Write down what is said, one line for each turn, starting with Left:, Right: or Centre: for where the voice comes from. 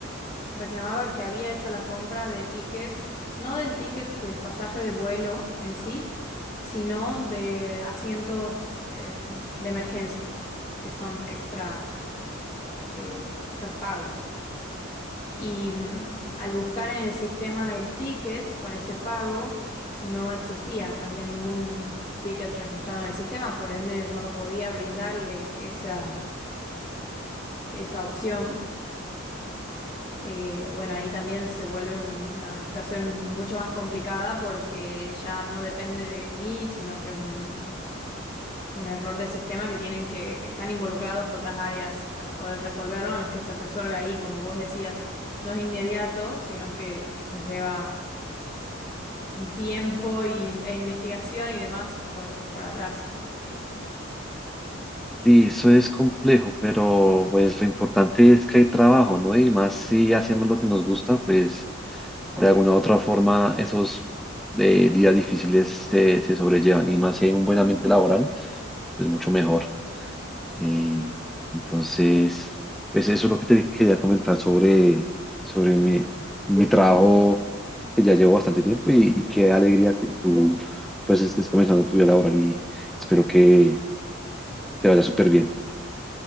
Left: reclamaba que había hecho la compra de tickets, no del ticket del pasaje de vuelo en sí, sino de asientos eh, de emergencia, que son extra eh, ca- pagos. Y mm, al buscar en el sistema el ticket con ese pago, no existía, no había ningún ticket registrado en el sistema, por ende yo no podía brindarle esa, esa opción. Eh, bueno, ahí también se vuelve una situación mucho más complicada porque ya no depende de mí, sino que es un, un error de sistema que tienen que, que están involucrados otras áreas para poder resolverlo. No es que se resuelve ahí, como vos decías, no es inmediato, sino que lleva un tiempo y- e investigación y demás por, por atrás.
Centre: Sí, eso es complejo, pero pues lo importante es que hay trabajo, ¿no? Y más si hacemos lo que nos gusta, pues de alguna u otra forma esos eh, días difíciles se, se sobrellevan. Y más si hay un buen ambiente laboral, pues mucho mejor. Eh, entonces, pues eso es lo que te quería comentar sobre, sobre mi, mi trabajo que ya llevo bastante tiempo y, y qué alegría que tú pues estés comenzando tu vida laboral y espero que te vaya súper bien.